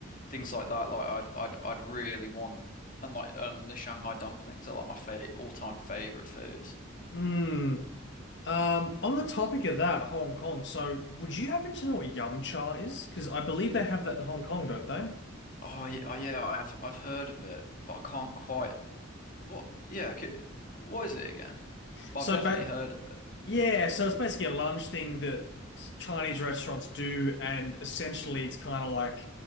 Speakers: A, on the left; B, on the left.
A: things like that. Like I'd I'd I'd really want and like um the Shanghai dumplings are like my fa all-time favorite foods.
B: Hmm. Um, on the topic of that, Hong Kong, so would you happen to know what yum cha is? Because I believe they have that in Hong Kong, don't they?
A: Oh yeah, oh, yeah, I've I've heard of it, but I can't quite what yeah, c what is it again? But
B: So,
A: I've definitely
B: but
A: heard of it.
B: yeah, so it's basically a lunch thing that s- Chinese restaurants do, and essentially it's kind of like